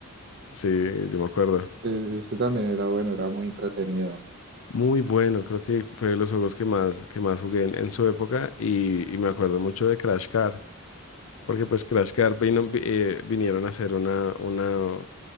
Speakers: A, on the left; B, on the right.
A: sí, yo me acuerdo.
B: Sí, ese también era bueno, era muy entretenido.
A: Muy bueno, creo que fue de los juegos que más, que más jugué en, en su época y, y me acuerdo mucho de Crash Car, porque pues Crash Car vino- vi- eh, vinieron a hacer una, una